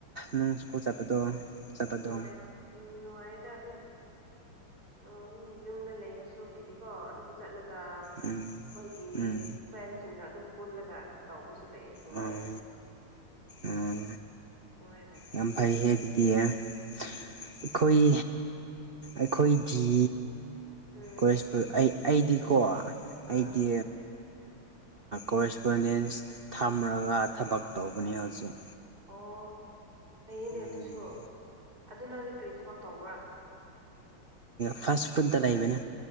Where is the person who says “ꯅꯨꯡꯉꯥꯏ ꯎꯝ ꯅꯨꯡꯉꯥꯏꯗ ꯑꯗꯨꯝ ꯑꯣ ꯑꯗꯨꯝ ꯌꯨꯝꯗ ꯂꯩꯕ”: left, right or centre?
Right